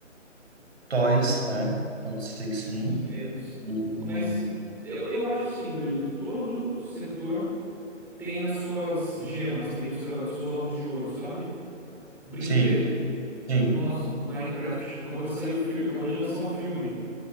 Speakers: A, on the right; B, in the centre.
A: Toys, é, pode ser que sim.
B: brinquedos.
A: Hum,
B: Mas eu, eu acho assim, Murilo, todo setor tem as suas gemas, tem os seus, os seus ovos de ouro, sabe? Brinquedo.
A: Sim, sim,
B: Nossa, Minecraft. Acabou de sair o filme, acabou de lançar o filme.